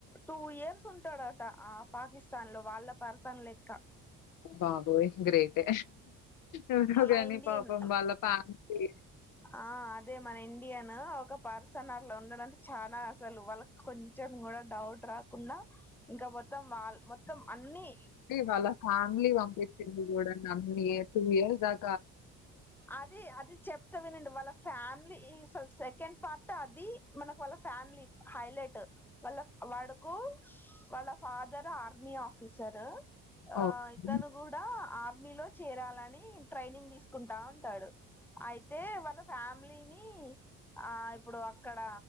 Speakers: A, in the centre; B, on the left (about 60°).
A: టూ ఇయర్స్ ఉంటాడట ఆ పాకిస్తాన్ లో వాళ్ళ పర్సన్ లేక్
B: బాబోయ్ గ్రేటే ఎవరో
A: మన
B: గాని
A: ఇండియన్
B: పాపం వాళ్ళ ఫ్యామిలీ
A: ఆ అదే మన ఇం ఇండియన్ ఒక పర్సన్ అట్లా ఉన్నడంటే చానా అసలు వాళ్ళక్ కొంచెం కూడా డౌట్ రాకుండా ఇంకా మొత్తం వాళ్ మొత్తం అన్ని
B: వాళ్ళ ఫ్యామిలీ పంపిచ్చింది కూడా నన్ని ఇ టూ ఇయర్స్ బాక్
A: అది అది చెప్తా వినండి వాళ్ళ ఫ్యామ్లీ ఈసో సెకండ్ పార్ట్ అది మనకు వాళ్ళ ఫ్యామిలీ హైలైట్ వాళ్ళ వాడ్కు వాళ్ళ ఫాదర్ ఆర్మీ ఆఫీసర్ ఆ
B: ఓకే.
A: ఇతను గూడా ఆర్మీలో చేరాలని ట్రైనింగ్ తీసుకుంటా ఉంటాడు అయితే వాళ్ళ ఫ్యామిలీ లిని ఆ ఇప్పుడు అక్కడ